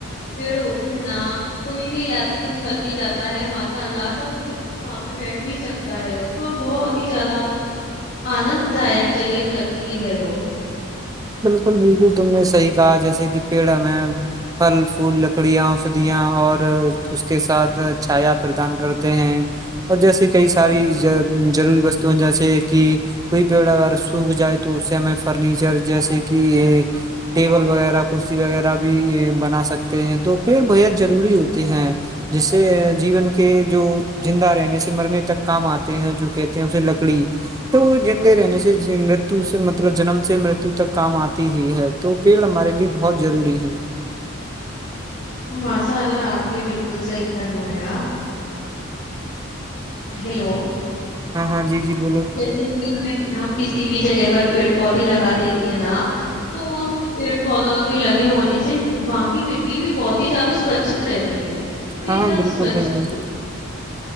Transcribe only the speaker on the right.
الکل بالکل تم نے صحی کہا جیسے کہ پیڑ ہمیں پھل پھول لکڑیاں ادیاں اور اس کے ساتھ چھایا پردان کرتے ہیں اور جیسے کئی ساری ضروری وستو جیسے کہ کوئی پیڑ اگر سوکھ جائے تو اس سے ہمیں فرنیچر جیسے کہ ٹیبل وغیرہ کرسی وغیرہ بھی بنا سکتے ہیں تو پیڑ بےحد ضروری ہوتے ہیں جس سے جیون کے جو زندہ رہنے سے مرنے تک کام آتے ہیں جو کہتے ہیں اسے لکڑی تو رہنے سے متو سے مطلب جنم سے مرتو تک کام آتی ہی ہے تو پیڑ ہمارے لیے بہت ضروری ہے
ہاں ہاں جی جی بولو
ہاں ہاں
بالکل
بالکل <unintelligible>